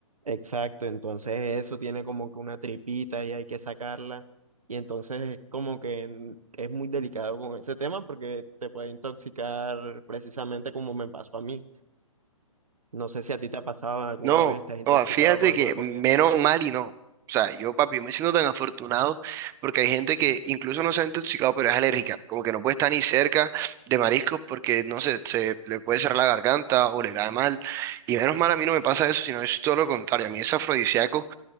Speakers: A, on the right; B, on the right.
A: Exacto, entonces eso tiene como que una tripita y hay que sacarla. Y entonces como que en- es muy delicado con ese tema porque te puede intoxicar precisamente como me pasó a mí. No sé si a ti te ha pasado alguna
B: No,
A: vez, te has intoxicado
B: o fíjate
A: con alguna
B: que
A: comida.
B: menos mal y no. O sea, yo, papi, yo me siento tan afortunado porque hay gente que incluso no se ha intoxicado, pero es alérgica. Como que no puede estar ni cerca de mariscos porque, no sé, se le puede cerrar la garganta o le cae mal. Y menos mal a mí no me pasa eso, sino es todo lo contrario. A mí es afrodisíaco